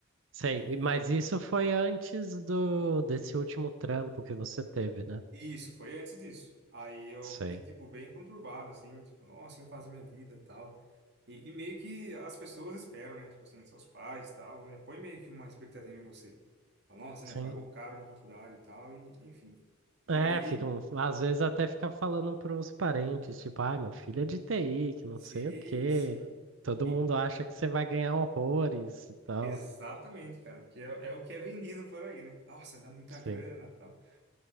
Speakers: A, on the right; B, on the right.
A: Sei.
B: E
A: E- Mas isso foi antes do desse último trampo que você teve, né?
B: Isso, foi antes disso. Aí eu
A: Sei.
B: fiquei, tipo, bem conturbado, assim, tipo, nossa, o que eu faço da minha vida, tal. E, e meio que as pessoas esperam, né? Tipo assim, seus pais, tal, né? Põe meio que uma expectativa em você. Fala, nossa,
A: sim
B: né? Pagou caro na faculdade e tal, e enfim. E
A: É,
B: aí,
A: ficam, às vezes até fica falando pros parentes, tipo, ah, meu filho é de TI, que não
B: sim,
A: sei o quê.
B: sim.
A: Todo
B: E
A: mundo acha que você vai ganhar horrores e tal.
B: exatamente, cara, porque é, é o que é vendido por aí, né? Nossa, dá muita
A: Sim.
B: grana, tal.